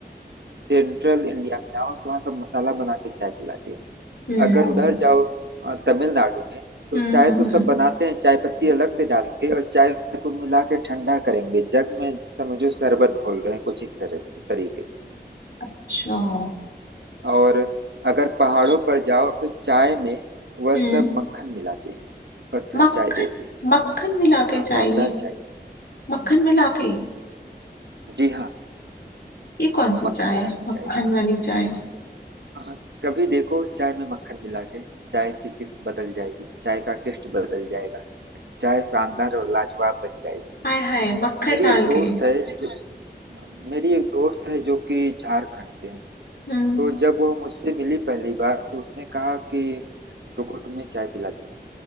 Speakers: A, on the right (about 85°); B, on the left (about 70°).
A: सेंट्रल इंडिया में आओ तो वहाँ सब मसाला बना के चाय पिलाते हैं
B: हम्म
A: अगर उधर जाओ अ, तमिलनाडु में तो
B: हम्म
A: चाय
B: हम्म
A: तो
B: हम्म,
A: सब बनाते हैं चाय पत्ती अलग से डाल के और चाय को मिला के ठंडा करेंगे जग में समझो शरबत घोल रहे हैं कुछ इस तरह तरीके से
B: अच्छा हम्म
A: और अगर पहाड़ों पर जाओ तो चाय में वह
B: हम्म।
A: सब मक्खन मिलाते हैं और फिर
B: मक्खन
A: चाय देते हैं
B: मक्खन मिला
A: क्या
B: के चाहिए
A: शानदार चाय देते
B: मक्खन मिला के
A: हैं। जी हाँ
B: ये कौन सी
A: मक्खन
B: चाय
A: मिला
B: है
A: के चाय
B: मक्खन
A: देते
B: वाली
A: हैं
B: चाय
A: हाँ, कभी देखो चाय में मक्खन मिला के चाय की किस्म बदल जाएगी चाय का टेस्ट बदल जाएगा चाय शानदार और लाजवाब बन जाएगी
B: हाय हाय मक्खन
A: मेरी
B: डाल
A: एक दोस्त
B: के
A: है जो मेरी एक दोस्त है जो कि झारखंड से है
B: हम्म
A: तो जब वो मुझसे मिली पहली बार तो उसने कहा कि रुको तुम्हें चाय पिलाती हूँ